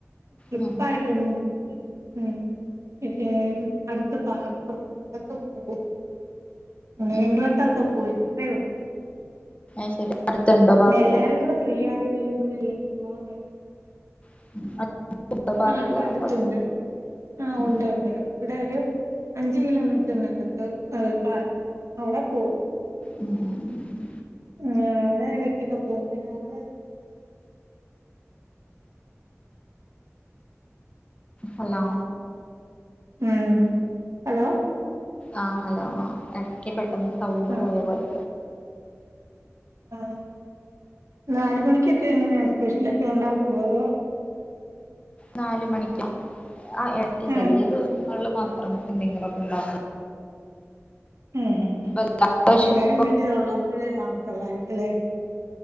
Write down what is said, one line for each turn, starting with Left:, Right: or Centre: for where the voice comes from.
Right: ട്രിപ്പായിട്ടൊന്നും
Left: ഉം ഉം
Right: പോയില്ല ഉം <unintelligible> അടുത്ത് പാർക്കൊണ്ട് അവടൊക്കെ പോകും ഒന്ന്
Left: ഉം
Right: രണ്ടു വട്ടൊക്കെ പോയി അത്രേ ഒള്ളൂ
Left: അയ് ശരി അടുത്തുണ്ടോ
Right: പിന്നെ
Left: പാർക്ക്
Right: എല്ലാരും കൂടെ ഫ്രീ ആയി വരുമ്പഴല്ലേ പോകാൻ പറ്റൂ
Left: <unintelligible> പാർക്ക്
Right: ആഹ് ഇവിടെ
Left: അ-
Right: അടുത്തുണ്ട് ആഹ്
Left: ഉം
Right: ഉണ്ട് ഉണ്ട് ഇവിടെ ഒരു അഞ്ച് കിലോമീറ്ററിനകത്ത് പാർക്ക് അവിടെ പോവും
Left: ഉം ഉം.
Right: ആഹ് അവിടെ ഇടക്കൊക്കെ പോകും പിന്നെ അവിടെ ഉ
Left: ഹലോ
Right: ഉംഹ് ഹലോ
Left: ആഹ് ഹലോ ആഹ് ഇടയ്ക്ക് പെട്ടെന്ന് സൗണ്ട്
Right: ആ
Left: പോയ പോലെ
Right: ആഹ് നാല് മണിക്കൊക്കെ എങ്ങനെയാ സ്പെഷ്യലൊക്കെ ഉണ്ടാക്കുവോ അതോ
Left: നാല് മണിക്കോ ആഹ് ഇടക്ക് ചെലേ
Right: ആഹ്
Left: ദിവസിൽ മാത്രം എന്തെങ്കിലും ഒക്കെ ഉണ്ടാക്കും
Right: ഉംഹ് ഉംഹ്
Left: ഇപ്പ എല്ലാ വിശപ്പൊക്കെ
Right: എല്ലാരും വീട്ടിലൊള്ളപ്പോഴേ കാണത്തൊള്ളായിരിക്കും അല്ലേ